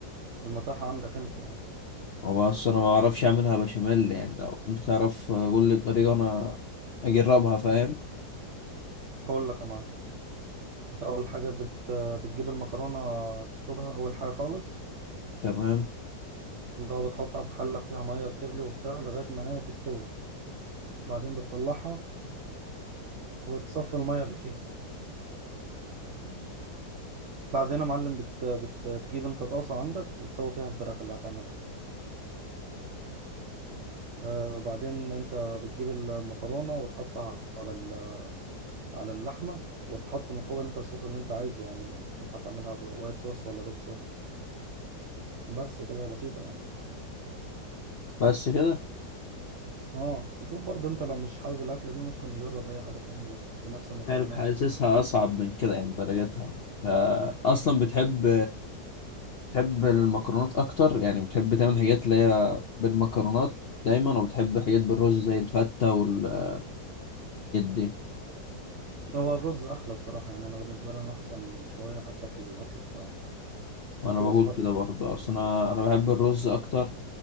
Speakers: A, on the right (about 60°); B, on the left (about 55°).
A: المتاح عندك انت يعني
B: هو بس انا ما بعرفش اعملها بشاميل يعني لو انت تعرف قول لي الطريقة انا اجربها فاهم
A: اقول لك يا معلم انت اول حاجه بت... آه، بتجيب المكرونه تسلقها اول حاجه خالص
B: تمام
A: اللي هو بتحطها في حله فيها ميه بتغلي وبتاع لغايه ما هي تستوي بعدين بتطلعها وتصفي الميه اللي فيها بعدين يا معلم بت... بتجيب انت طاسة عندك وتسوي فيها الفراخ اللي هتعملها آه بعدين انت بتجيب المكرونة وتحطها على ال... على اللحمة وتحط من فوق انت الصوص اللي انت عايزه يعني شوف هتعملها ب- وايت صوص ولا ريد صوص وبس كده هي بسيطة يعني
B: بس كده
A: اه وشوف برضه انت لو مش حابب الأكلة دي ممكن نجرب أي حاجة تانية برضه بنفس المكونات
B: عارف حاسسها اصعب من كده يعني درجتها ف- اصلا بتحب بتحب المكرونات اكتر يعني بتحب تعمل حاجات اللي هي بالمكرونات دايما وبتحب حاجات بالرز زي الفتة والحاجات دي
A: هو الرز أحلى الصراحة يعني أنا بالنسبة لي أنا أحسن شوية حتى في الأكل بتاعه
B: وانا
A: وفي
B: بقول
A: وصفات
B: كده
A: كتير
B: برضه
A: بتتعمل
B: اصلا
A: بالرز
B: انا انا بحب الرز اكتر